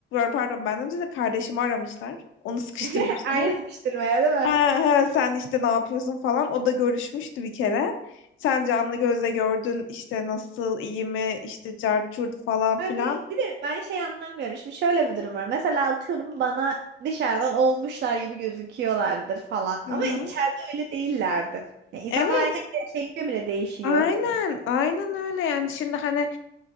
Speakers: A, on the left; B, on the right.
A: pardon ben önce de kardeşimi aramışlar. Onu sıkıştırmışlar.
B: <laughs> Aynı sıkıştırmaya değil mi?
A: Ha, ha, sen işte ne yapıyorsun falan. O da görüşmüştü bir kere. Sen canlı gözle gördün işte nasıl iyi mi işte cart curt falan
B: Ay
A: filan.
B: bir, bir de ben şey anlamıyorum. Şimdi şöyle bir durum var. Mesela atıyorum bana dışarıdan olmuşlar gibi gözüküyorlardır falan.
A: Hı
B: Ama
A: hı.
B: içeride öyle değillerdir. Yani insanlar
A: Evet,
B: aynı evde yaşayınca bile değişiyor.
A: aynen, aynen öyle yani şimdi hani